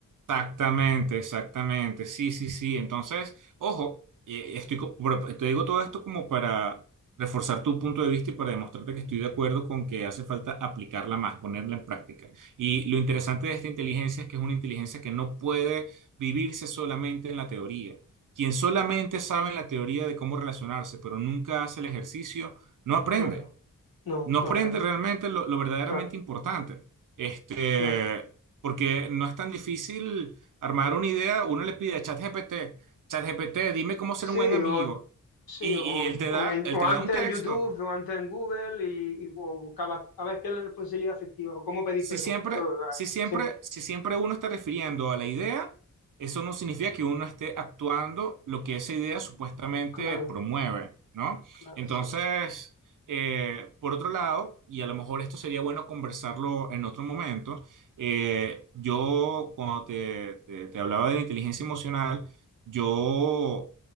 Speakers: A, on the right; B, on the left.
A: exactamente, exactamente. Sí, sí, sí. Entonces, ojo, eh, estoy, co- pero te digo todo esto como para reforzar tu punto de vista y para demostrarte que estoy de acuerdo con que hace falta aplicarla más, ponerla en práctica. Y lo interesante de esta inteligencia es que es una inteligencia que no puede vivirse solamente en la teoría. Quien solamente sabe en la teoría de cómo relacionarse, pero nunca hace el ejercicio, no aprende.
B: Claro, no,
A: no
B: no
A: prende
B: aprende.
A: realmente lo, lo verdaderamente
B: Claro,
A: importante. Este,
B: claro.
A: porque no es tan difícil armar una idea. Uno le pide a ChatGPT, ChatGPT, dime cómo ser
B: Sí,
A: un buen amigo.
B: o, sí,
A: Y,
B: o,
A: y él te
B: o
A: da,
B: en-
A: él
B: o
A: te
B: antes
A: da un texto.
B: en YouTube, o antes en Google, y, y bu- buscabas a ver qué es la responsabilidad afectiva, o cómo pedir
A: Si
B: perdón,
A: siempre,
B: claro,
A: si siempre,
B: siempre,
A: si siempre uno está refiriendo a la idea, eso no significa que uno esté actuando lo que esa idea supuestamente
B: claro,
A: promueve, ¿no?
B: claro,
A: Entonces,
B: exacto.
A: eh, por otro lado, y a lo mejor esto sería bueno conversarlo en otro momento, eh, yo cuando te, te- te hablaba de la inteligencia emocional, yo